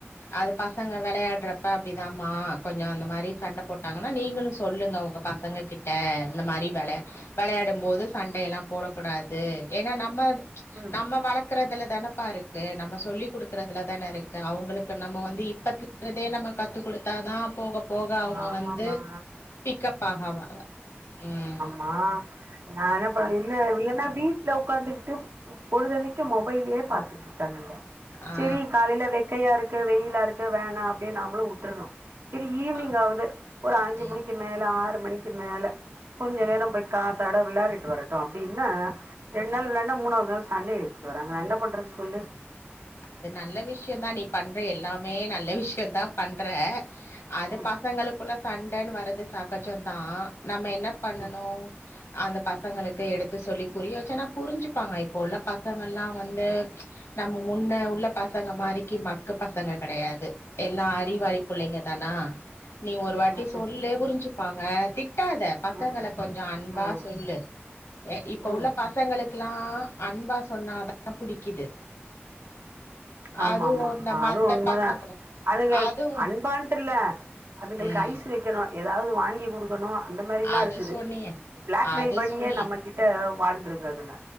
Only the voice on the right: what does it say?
ம்
ஆமாமா
மா நா என்ன பன் இல்ல இல்லனா வீட் வீட்ல உக்காந்துகிட்டு பொழுதன்னைக்கு மொபைலயே பாத்துட்டு இருக்கானங்க
செரி காலையில வெ க்கையா இருக்கு வெயிலா இருக்கு வேணா அப்டியே நாமளு வுட்டுர்றோ ஈவ்னிங்
ஆவது ஒரு அஞ்சு
மணிக்கு மேல ஆறு மணிக்கு மேல கொஞ்ச நேரோ போய் காத்தாட விளாரிடிட்டு வரட்டு அப்டின்னா ரெண்டு நாள் விளான்னா மூணாவது நாள் சண்டய இழுத்துட்டு வறாங்க நா என்ன பண்றது சொல்லு
ம்
ம்
ம்
ம்
ம்
ம்
ம்
ம்
ஆமா
ஆமா
அதுவு உண்மைதா
அதுங்க
அன்பான்ட்டு இல்ல அதுங்களுக்கு
ஐஸ் வெக்கணு ஏதாவது வாங்கி குடுக்கணு அந்த மாறில்லா
இருக்குது
பிளாக்
மெயில் பண்ணியே
நம்ம கிட்ட வாழ்ந்துருங்க அதுங்க